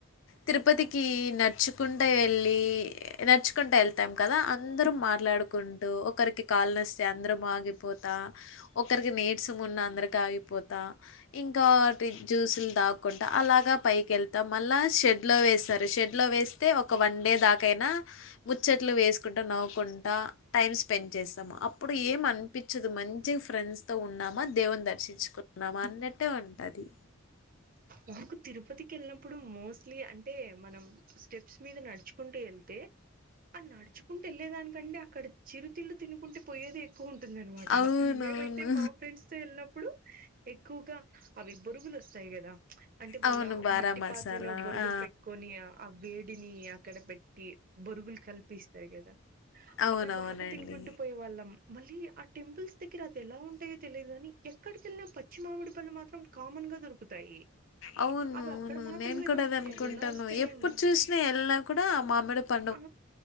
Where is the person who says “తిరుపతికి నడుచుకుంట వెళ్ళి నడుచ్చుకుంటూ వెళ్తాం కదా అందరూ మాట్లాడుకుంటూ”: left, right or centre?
Left